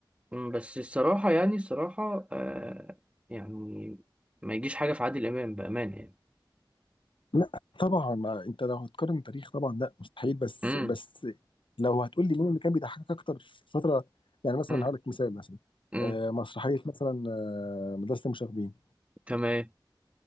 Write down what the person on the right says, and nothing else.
أمم، بس الصراحة يعني الصراحة آه يعني ما يجيش حاجة في عادل إمام بأمانة يعني
امم
امم
امم
تمام